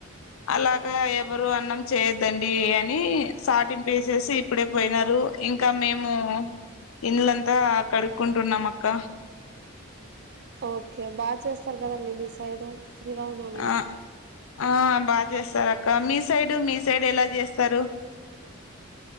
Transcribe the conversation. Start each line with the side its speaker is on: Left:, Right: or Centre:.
Left: అలాగా ఎవరు అన్నం చేయొద్దండి అని సాటిం వేసేసి ఇప్పుడే పోయినారు ఇంకా మేము ఇల్లంతా కడుక్కుంటున్నాం అక్క
Right: ఓకే బాగా చేస్తారు కదండి మీ సైడు శ్రీరామనవమి అంతా
Left: ఆ ఆ బాగా చేస్తారు అక్క మీ సైడు మీ సైడ్ ఎలా చేస్తారు